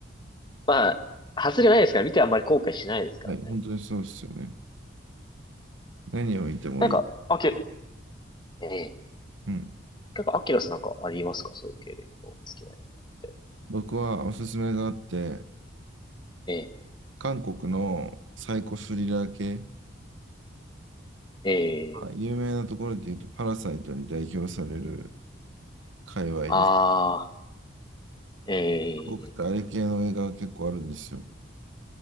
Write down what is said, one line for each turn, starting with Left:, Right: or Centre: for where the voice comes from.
Left: まあ、外れないですから、見てあんまり後悔しないですからね。
Right: はい。本当にそうですよね。何を見てもいい。
Left: なんか、あき、ええ。
Right: うん。
Left: なんかアキラさんなんかありますかそういう系で言うと、好きな映画って。
Right: 僕はおすすめがあって、
Left: ええ、
Right: 韓国のサイコスリラー系、
Left: ええ、
Right: はい有名なところで言うと、パラサイトに代表される界隈です。
Left: ああ、ええ。
Right: 韓国ってあれ系の映画が結構あるんですよ。